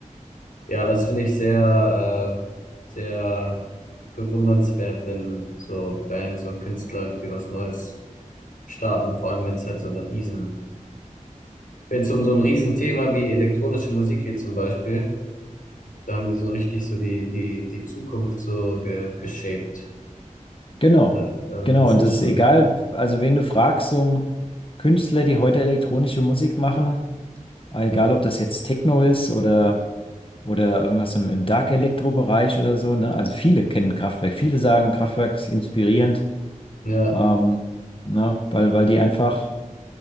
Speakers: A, on the left (about 85°); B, on the left (about 40°).
A: Ja, das finde ich sehr, äh, sehr bewundernswert, wenn so Bands und Künstler irgendwie was Neues starten, vor allem wenn es halt so eine riesen Wenn es um so ein Riesenthema wie elektronische Musik geht zum Beispiel, da haben die so richtig so die, die, die Zukunft so ge, geshaped.
B: Genau,
A: Äh, also
B: genau.
A: das
B: Und
A: ist
B: das
A: schon,
B: ist egal, also wen du fragst, um Künstler, die heute elektronische Musik machen, egal
A: Hm.
B: ob das jetzt Techno ist oder oder irgendwas im, im Dark Elektro-Bereich oder so, ne? Also viele kennen Kraftwerk, viele sagen Kraftwerk ist inspirierend,
A: ja,
B: ähm, ne? Weil, weil die einfach,